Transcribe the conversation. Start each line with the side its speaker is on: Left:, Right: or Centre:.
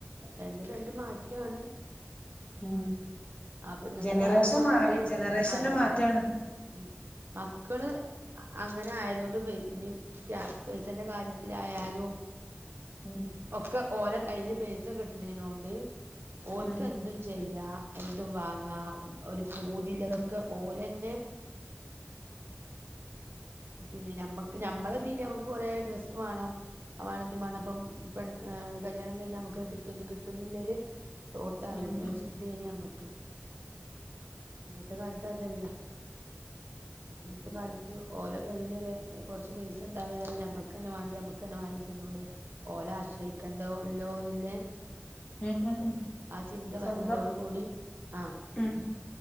Right: രണ്ടും രണ്ടും മാറ്റാണ്
Left: ഉം
Right: അപ്പൊ ഇന്നത്തെ
Left: ജനറേഷൻ
Right: കാലത്തെ മക്ക
Left: മാറി ജനറേഷന്റെ
Right: അതെന്നെ
Left: മാറ്റാണ്
Right: ഉ മക്കള് അങ്ങനെ ആയത കൊണ്ട് പ പേസന്റെ കാര്യത്തിലായാലും
Left: ഉം
Right: ഒക്കെ ഓല കയ്യില് പൈസ കിട്ടുന്നൊണ്ട് ഓൽക്ക്
Left: ഉം
Right: എന്തും ചെയ്യാ എന്തും വാങ്ങാ ഒരു പൂതില്ലതൊക്കെ
Left: ഉം
Right: ഓല പിന്ന പിന്നെ നമ്മക്ക് ഞമ്മളെ തീതി നമുക്ക് കൊറെേ ഡ്രസ്സ് വേണം അത് മാണം ഇതുമാണ് വേണംപ്പം പ് കല്യാണം കഴിഞ്ഞ നമുക്ക് കിട്ട കിട്ടുന്നില്ലരു തോട്ടായിരുന്നു
Left: ഉം
Right: ചിന്തയനി നമ്മക്ക് ഓക്കെ ഇന്നത്തെ കാലത്ത് അതല്ല ഇന്നത്തെ കാലത്ത് ഓല കയ്യിൽ ഒരു കൊറച്ച് പൈസ ഉണ്ടായാല ഞമ്മക്ക്ന്നെ വാണ്ടി നമ്മക്ക് തന്നെ വാങ്ങി തി ന്നു പോഓലെ ആശ്രയിക്കണ്ടല്ലോന്നില്ലേ
Left: ഉം ഉം ഉം
Right: ആ ചിന്ത
Left: സ്വന്തം
Right: വന്നതോടു കൂടി ആ
Left: ഉം